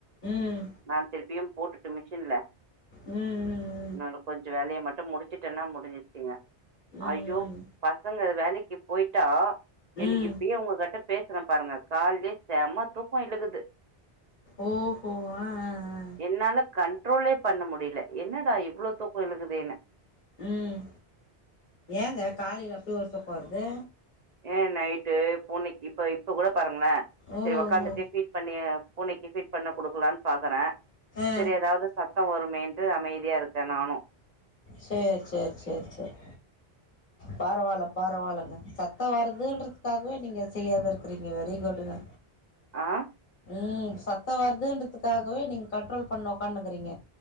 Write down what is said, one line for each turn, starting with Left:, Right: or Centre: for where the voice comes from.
Left: ம்
Right: நா திருப்பியு போட்டுட்டு மிஷின்ல
Left: ம்
Right: என்னோட கொஞ்சோ வேலைய மட்டு முடிச்சுட்டேததனா முடிஞ்சுச்சுங்க
Left: ம்
Right: ஐய்யோ
Left: ம்
Right: பசங்க வேலைக்கு போய்ட்டா எனக்கு
Left: ம்
Right: இப்பயே உங்க கட்ட பேசுறே பாருங்க கால்லயே செம தூக்கோ இழுகுது
Left: ஓஹோ ஆ ஆ ஆ
Right: என்னால கண்ட்ரோலே பண்ண முடில என்னடா இவ்ளோ தூக்கோ எழுகுதேன்னு
Left: ம் ஏங்க காலைல அப்டி ஒரு தூக்கோ வருது
Right: ஏ நைட்டு பூனைக்கு இப்ப இப்ப கூட பாருங்களே
Left: ஓஹோ
Right: சேரி உக்காந்துட்டு ஃபீட் பண்ணி பூனைக்கு ஃபீட் பண்ண கொடுக்கலான்னு பாக்குறே
Left: ஆ
Right: சேரி எதாவ்து சத் த்தோ வருமேன்ட்டு அமைதியா இருக்கே நானு
Left: சேர் சேர் சேர் சேரி பரவால்ல பரவால்லங்க சத்தோ வருதுன்றதுக்காகவே நீங்க செய்யாத இருக்குறீங்க வெரி குட்டுங்க
Right: ஆஹ்
Left: ம் சத்தோ வருதுன்றதுக்காகவே நீங்க கண்ட்ரோல் பண்ணி உக்காந்துருக்குறீங்க